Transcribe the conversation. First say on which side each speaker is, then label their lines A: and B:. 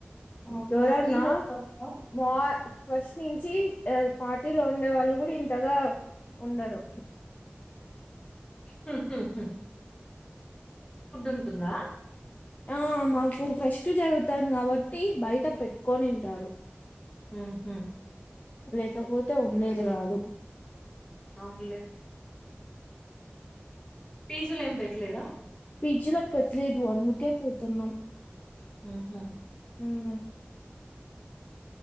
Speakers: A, on the left (about 20°); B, on the left (about 40°).
A: ఆహా
B: ఎవరన్నా
A: ఈ టైం లోనా
B: మా ఫస్ట్ నుంచి పార్టీలో ఉండే వాళ్ళు కూడా ఇంతగా ఉండరు
A: హహ ఉంటుందా
B: ఆ మాకు ఫస్ట్ ట్టు జరుగుతంది కాబట్టి బయట పెట్టుకొనింటారు
A: హ హ
B: లేకపోతే ఉండేది కాదు
A: అవునులే పీజులు ఏం పెట్టలేదా
B: పీజిలో పెట్టలేదు అందుకే పోతున్నాం
A: హహ
B: హ